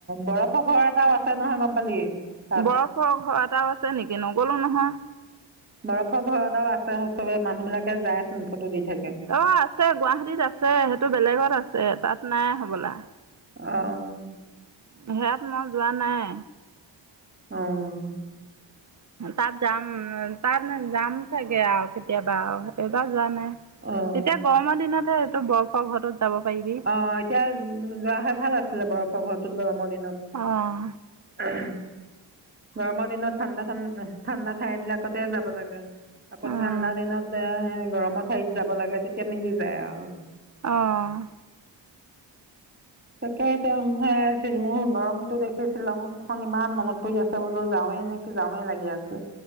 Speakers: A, on the right; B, on the right.
A: বৰফৰ ঘৰ এটাও আছে নহয়। গম পালি? তাত
B: বৰফৰ এটাও আছে নেকি নগলো নহয়।
A: বৰফৰ ঘৰটাও আছে চবে মানুহ বিলাকে যায় চোন ফটো দি- থাকে
B: অ আছে গুৱাহাটীত আছে সেইটো বেলেগত আছে। তাত নাই হ'বলা। <inaudible>
A: আহ
B: সেয়াত মই যোৱা নাই।
A: অহ
B: তাত যাম তাত যাম চাগে আও কেতিয়াবা এইবাৰ যোৱা নাই।
A: অহ
B: তেতিয়া গৰমৰ দিনতহে টো বৰফৰ ঘৰটোত যাব পাৰিবি
A: অ এতিয়া যোৱা হ'লে ভাল আছিলে বৰফৰ ঘৰত। <unintelligible> জন্মদিনত
B: অঁ
A: গৰমৰ দিনত ঠাণ্ডা ঠাণ্ড ঠাণ্ডা ঠাই বিলাকতে যা। ব লাগে। আকৌ
B: অঁ
A: ঠাণ্ডা দিনত যায় গৰমৰ ঠাইত যাব লাগে তেতিয়া মিলি যায় আৰ
B: অহ
A: তাকে হেতিয়া হেৰ সেইত মোৰ গৰমতো দেখি শ্বিলংত খন ইমান মনত পৰি আছে বোলো যাওঁৱে নেকি যাওঁৱে লাগি আছে।